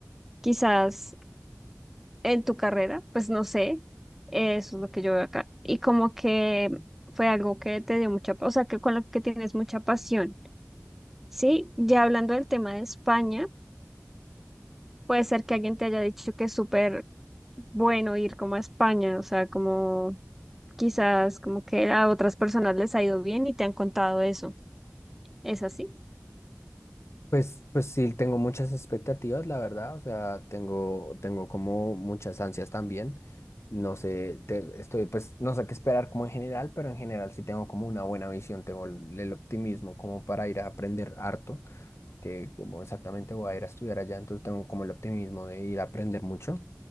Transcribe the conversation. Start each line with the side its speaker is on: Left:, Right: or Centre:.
Centre: Quizás en tu carrera, pues no sé, eh, eso es lo que yo veo acá. Y como que fue algo que te dio mucha, o sea, que con lo que tienes mucha pasión, ¿sí? Ya hablando del tema de España, puede ser que alguien te haya dicho que es súper bueno ir como a España, o sea, como quizás como que a otras personas les ha ido bien y te han contado eso. ¿Es así?
Left: Pues, pues sí, tengo muchas expectativas, la verdad, o sea, tengo, tengo como muchas ansias también. No sé, te- estoy, pues no sé qué esperar como en general, pero en general sí tengo como una buena visión, tengo el, el optimismo como para ir a aprender harto, que como exactamente voy a ir a estudiar allá, entonces tengo como el optimismo de ir a aprender mucho,